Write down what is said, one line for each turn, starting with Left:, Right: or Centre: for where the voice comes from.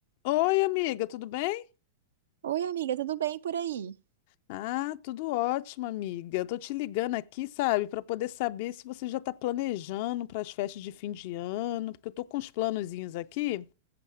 Left: Oi, amiga, tudo bem?
Right: Oi, amiga, tudo bem por aí?
Left: Ah, tudo ótimo, amiga. Eu tô te ligando aqui, sabe, para poder saber se você já tá planejando para as festas de fim de ano, porque eu tô com uns planozinhos aqui